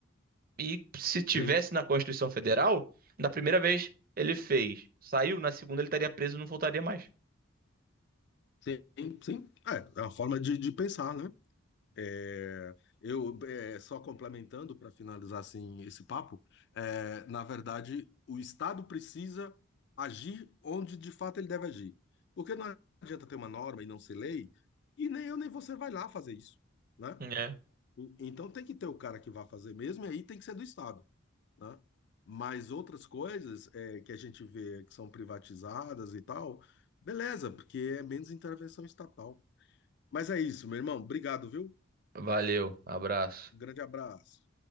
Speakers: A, on the right; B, on the left.
A: E se tivesse
B: sim,
A: na Constituição Federal, na primeira vez ele fez, saiu, na segunda ele estaria preso e não voltaria mais.
B: sim, sim, é, é uma forma de, de pensar, né? É, Eu, é, só complementando para finalizar assim esse papo, é, na verdade, o Estado precisa agir onde de fato ele deve agir. Porque não adianta ter uma norma e não ser lei, e nem eu nem você vai lá fazer isso, né?
A: É.
B: E- Então tem que ter o cara que vai fazer mesmo, e aí tem que ser do Estado, né? Mas outras coisas é, que a gente vê que são privatizadas e tal, beleza, porque é menos intervenção estatal. Mas é isso, meu irmão. Obrigado, viu?
A: Valeu, abraço.
B: Um grande abraço.